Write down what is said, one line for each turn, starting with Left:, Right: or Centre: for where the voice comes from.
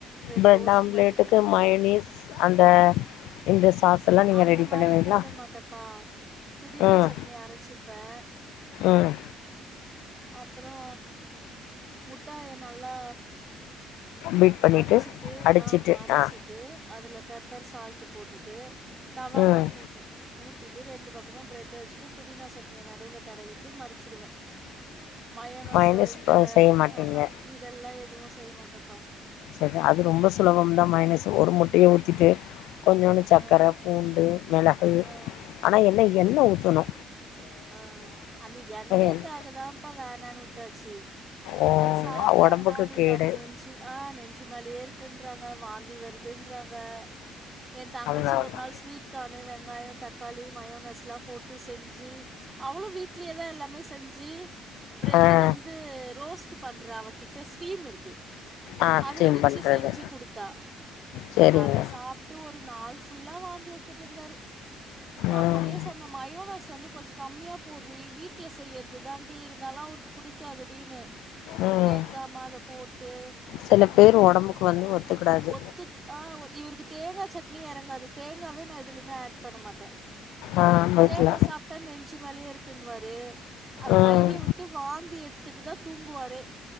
Right: ப்ரெட்
Left: பிரட்
Right: ரோஸ்ட்
Left: ஆம்லேட்டுக்கு
Right: பண்ணி தருவேன்
Left: மயனீஸ் அந்த இந்த சாஸ் எல்லா நீங்க
Right: அந்த
Left: ரெடி
Right: மாரி
Left: பண்ணுவீங்களா
Right: போட மாட்டேப்பா. புதினா
Left: ம்
Right: சட்னி அரைச்சிப்பே
Left: ம்
Right: அ ப்றோ முட்டாய நல்லா
Left: பீட் பண்ணிட்டு
Right: அடிச்சிட்டு
Left: அடிச்சிட்டு
Right: ஆமா அடிச்சிட்டு
Left: ஆ
Right: அதுல ப்பர் சால்ட்டு போட்டுட்டு தவால
Left: ம்
Right: ஊட்டிட்டு ஊத்திட்டு ரெண்டு பக்கமு பிரெட்ட வச்சுட்டு புதினா சட்னிய நடுவுல தட விட்டு மடிச்சிடுவே. மயோனோஸோ
Left: மயனீஸ்
Right: இந்த
Left: ப செய்ய மாட்டீங்க
Right: ஆஹா இதெல்லா எதுவு செய்ய மாட்டேன்ப்பா.
Left: செரி அது ரொம்ப சுலபம்தா மயோனஸு ஒரு முட் டைய ஊத்திட்டு
Right: ம்
Left: கொஞ்சோண்டு சக்கர
Right: ஆ
Left: பூண்டு மெளகு
Right: ஆ
Left: ஆனா என்ன எண்ண ஊத்தனு.
Right: ஆ அந்த எண்ணைக்காகதாம்ப்பா
Left: எண்ணெ
Right: வேணான்னு விட்டாச்சு.
Left: ஓ
Right: அது சாப்ட்டாங்கன்னா
Left: ஒடம்புக்கு
Right: உங்களுக்கு
Left: கேடு
Right: அது நெஞ்சு ஆ நெஞ்சு மேலயே இருக்குன் றாங்க வாந்தி வரு துன்றாங்க ஏன் தங்கச்சி
Left: அதனாலதா
Right: ஒரு நாள் ஸ்வீட் கானு வெங்காயோ தக்காளி மயோனஸ்லா போட்டு செஞ்சு அவளு வீட்லயேதா எல்லாமே செஞ்சு பிரெட்
Left: ஆ
Right: வந்து ரோஸ்ட் பண்ற அவகிட்ட ஸ்டீம் இருக்கு.
Left: ஆ ஸ்டீம்
Right: அதுல வச்சு
Left: பண்றது
Right: செஞ்சு குடுத்தா.
Left: சரிங்க
Right: அத சாப்ட்டு ஒரு நாள் ஃபுல்லா வாந்தி எடுத்துட்டு இருந்தாரு. நா
Left: ம்
Right: அப்பவே சொன்னே மயோனஸ் வந்து கொஞ்ச கம்மியா போட்றீ வீட்ல செய்யறதுதாண்டீ இருந்தாலு அவருக்கு புடிக்காதுடீன்னு.
Left: ம்
Right: கேக்காம அத போட்டு
Left: சில பேர் ஒடம்புக்கு வந்து ஒத்துக்கிடாது
Right: ஒத்துக் ஆ இவருக்கு தேங்கா சட்னியே எறங்காது தேங்காவே நா எதுலயுமே ஆட் பண்ண மாட்டே.
Left: ஆ வயித்துல
Right: தேங்கா சாப் ஞ்சு மேலயே இருக்குன்னுவாரு. அது
Left: ம்
Right: கைய விட்டு வாந்தி எடுத்துட்டுதா தூங்குவாரு.